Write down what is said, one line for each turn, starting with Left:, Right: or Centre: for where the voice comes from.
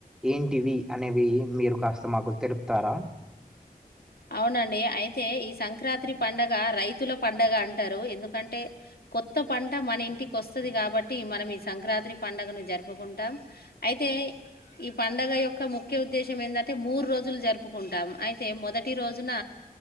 Centre: ఏంటి ఇవి అనేవి మీరు కాస్త మాకు తెలుపుతారా
Left: అవునండి అయితే ఈ సంక్రాత్రి పంండగ రైతుల పండగ అంటారు ఎందుకంటే కొత్త పంట మన ఇంటికి వస్తుది కాబట్టి మనం ఈ సంక్రాత్రి పండుగను జరుపుకుంటాం అయితే అతే ఈ పంండగ యొక్క ముఖ్య ఉద్దేశం ఏందంటే మూడు రోజులు జరుపుకుంటాం అయితే మొదటి రోజున